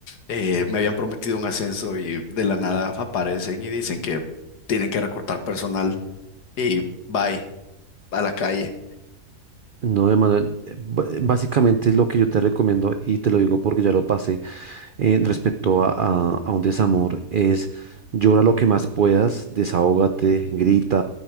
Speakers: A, on the left (about 85°); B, on the right (about 85°).
A: eh, me habían prometido un ascenso y de la nada aparecen y dicen que tienen que recortar personal y bye, a la calle.
B: No, Emanuel, eh, b- básicamente es lo que yo te recomiendo y te lo digo porque ya lo pasé eh, respecto a, a- a un desamor, es llora lo que más puedas, desahógate, grita,